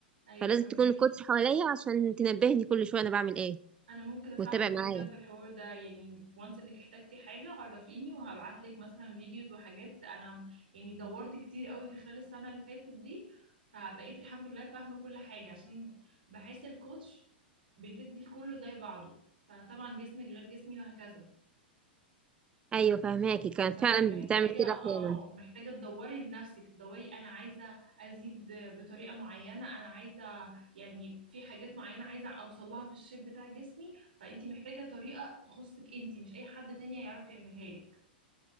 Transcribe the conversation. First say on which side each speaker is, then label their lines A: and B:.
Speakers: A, on the right (about 70°); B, on the right (about 20°).
A: ايوه
B: فلازم
A: فهماكي
B: تكون الكوتش حواليا عشان تنبهني كل شويه انا بعمل ايه
A: انا ممكن اساعدك
B: وتتابع معايا
A: جدا في الحوار ده يعني وانس انك احتجتي حاجه عرفيني وهبعت لك مثلا فيديوز وحاجات انا م- يعني دورت كتير قوي في خلال السنه اللي فاتت دي فبقيت الحمد لله فاهمه كل حاجه عشان بحس الكوتش بتدي لكله زي بعضه فطبعا جسمك غير جسمي وهكذا
B: ايوه فهماكي كانت
A: فانتي
B: فعلا
A: محتاجة
B: بتعمل كده
A: اه
B: احيانا
A: محتاجة تدوري لنفسك تدوري انا عايزة ازيد بطريقة معينة انا عايزة يعني في حاجات معينة عايزة اوصل لها في الشيب بتاع جسمي فانتي محتاجة طريقة تخصك انتي مش اي حد تاني هيعرف يعملها لك